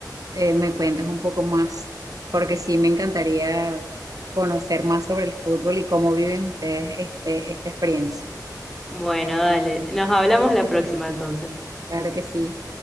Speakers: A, on the right; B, in the centre.
A: eh, me cuentas un poco más, porque sí me encantaría conocer más sobre el fútbol y cómo viven ustedes este, esta experiencia.
B: Bueno, dale, nos hablamos la próxima entonces.
A: Claro que sí.